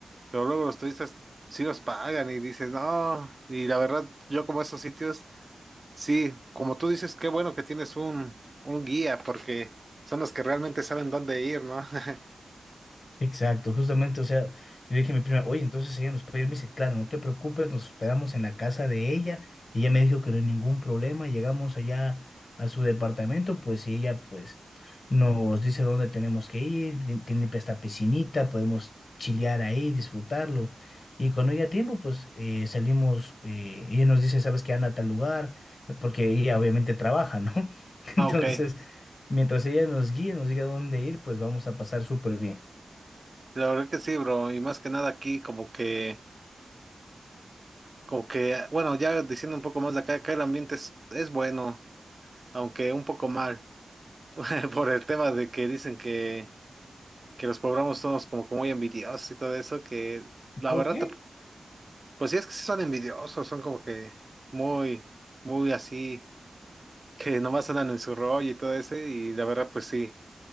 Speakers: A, on the right; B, on the left.
A: Pero luego los turistas sí los pagan y dices, no, y la verdad, yo como esos sitios, sí, como tú dices, qué bueno que tienes un, un guía, porque son los que realmente saben dónde ir, ¿no? <laughs>
B: Exacto, justamente, o sea, yo dije a mi prima, oye, entonces ella nos puede ir, me dice, claro, no te preocupes, nos hospedamos en la casa de ella, ella me dijo que no hay ningún problema, llegamos allá a su departamento, pues y ella pues nos dice dónde tenemos que ir, tien- tiene esta piscinita, podemos chilear ahí, disfrutarlo, y cuando haya tiempo, pues eh, salimos, eh, ella nos dice, ¿sabes que Anda a tal lugar, porque ella obviamente trabaja, ¿no? <laughs>
A: Ah,
B: Entonces,
A: ok.
B: mientras ella nos guíe, nos diga dónde ir, pues vamos a pasar súper bien.
A: La verdad que sí, bro, y más que nada aquí, como que, como que, bueno, ya diciendo un poco más de acá, acá el ambiente es, es bueno, aunque un poco mal, <laughs> por el tema de que dicen que, que los poblanos somos como, como muy envidiosos y todo eso, que la
B: ¿Por
A: verdad
B: qué?
A: Pues sí, es que sí son envidiosos, son como que muy, muy así, que nomás andan en su rollo y todo ese, y la verdad, pues sí.